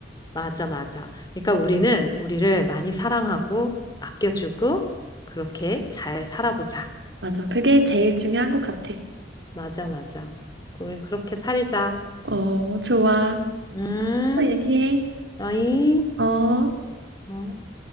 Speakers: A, on the left; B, on the right.
A: 맞아, 맞아. 그러니까 우리는 우리를 많이 사랑하고 아껴주고 그렇게 잘 살아보자.
B: 맞아. 그게 제일 중요한 것 같아.
A: 맞아, 맞아. 우린 그렇게 살자.
B: 어, 좋아.
A: 음,
B: 또 얘기해.
A: 어이,
B: 어.
A: 어.